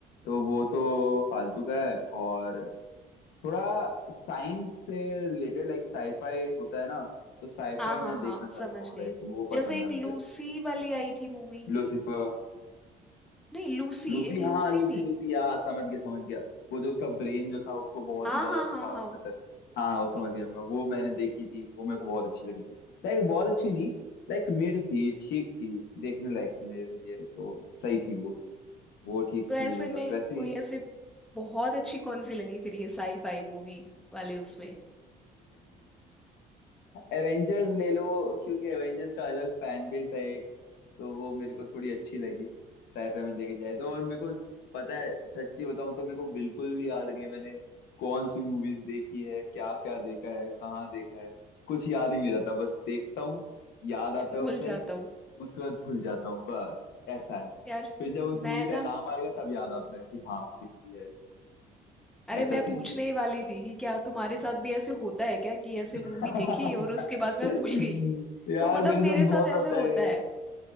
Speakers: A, on the left; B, in the centre.
A: तो वो तो फालतू का है और थोड़ा साइंस से रिलेटेड लाइक साईफाई होता है ना तो साईफाई
B: हाँ हाँ
A: मैं देखना
B: हाँ
A: चाहता
B: समझ
A: हूँ
B: गई
A: लाइक वो
B: जैसे
A: पसंद
B: एक
A: है
B: लूसी
A: मुझे
B: वाली आई थी मूवी
A: लूसीफर
B: नहीं लूसी
A: लूसी
B: एक
A: हाँ
B: लूसी
A: लूसी
B: थी
A: लूसी या समझ गया समझ गया वो जो उसका ब्रेन जो था उसको बहुत
B: हाँ
A: ही ज्यादा
B: हाँ हाँ
A: फास्ट
B: हाँ
A: तक हाँ हाँ, वो समझ
B: वही।
A: गया मैं वो मैंने देखी थी वो मेरे को बहुत अच्छी लगी थी लाइक बहुत अच्छी नहीं लाइक मिड थी ठीक थी देखने लायक थी मेरे लिए तो सही थी वो वो ठीक
B: तो ऐसे
A: थी बस
B: में
A: वैसे
B: कोई
A: ही
B: ऐसे बहुत अच्छी कौन सी लगी फिर ये साईफाई मूवी वाले उसमें
A: एवेंजर्स ले लो क्योंकि एवेंजर्स का अलग फैन बेस है एक, तो वो मेरे को थोड़ी अच्छी लगी साइफाई में देखी जाए तो और मेरे को पता है सच्ची बताऊं तो मेरे को बिल्कुल भी याद नहीं है मैंने कौन सी मूवीज देखी है क्या क्या देखा है कहाँ देखा है कुछ याद ही नहीं रहता बस देखता हूँ याद आता है
B: भूल
A: उस टाइम
B: जाता हूँ
A: उसके बाद भूल जाता हूँ बस ऐसा है
B: यार
A: फिर जब उस मूवी
B: मैं
A: का
B: ना
A: नाम आएगा तब याद आता है कि हाँ ये मूवी है
B: अरे
A: ऐसा
B: मैं
A: सीन
B: पूछने
A: है
B: ही वाली थी कि क्या तुम्हारे साथ भी ऐसे होता है क्या कि ऐसे
A: ये। <laughs>
B: मूवी देखी और
A: <laughs>
B: उसके बाद मैं भूल गई
A: यार
B: तो मतलब
A: मेरे साथ
B: मेरे साथ
A: बहुत होता
B: ऐसे होता
A: है ये
B: है